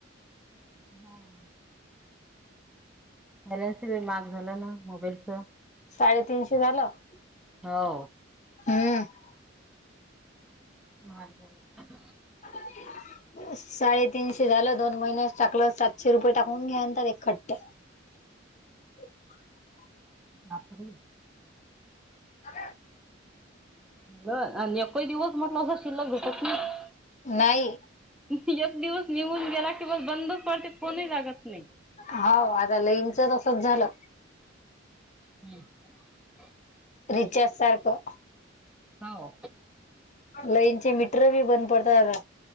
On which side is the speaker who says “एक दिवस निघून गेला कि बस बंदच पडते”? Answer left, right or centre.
Centre